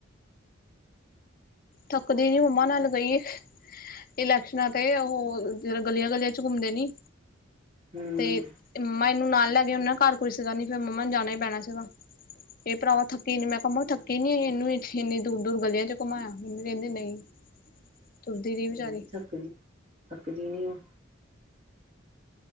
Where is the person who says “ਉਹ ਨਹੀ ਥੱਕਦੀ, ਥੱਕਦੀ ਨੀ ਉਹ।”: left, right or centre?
Right